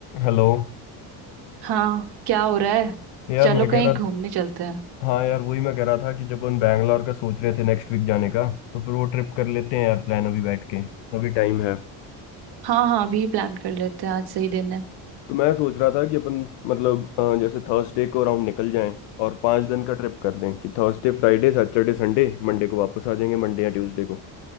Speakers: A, on the left; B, on the right.
A: Hello
B: हाँ क्या हो रहा है
A: यार
B: चलो
A: मैं
B: कहीं
A: कह रहा
B: घूमने
A: था
B: चलते हैं
A: हाँ यार वही मैं कह रहा था कि जब हम बैंगलोर का सोच रहे थे नेक्स्ट वीक जाने का तो फिर वो ट्रिप कर लेते हैं यार प्लान अभी बैठ के अभी टाइम है
B: हाँ हाँ अभी प्लान कर लेते हैं आज सही दिन है
A: तो मैं सोच रहा था कि अपन मतलब अ, जैसे थर्सडे को अराउंड निकल जाएं और पाँच दिन का ट्रिप कर लें कि Thursday Friday Saturday Sunday Monday को वापस आ जाएंगे मंडे या ट्यूसडे को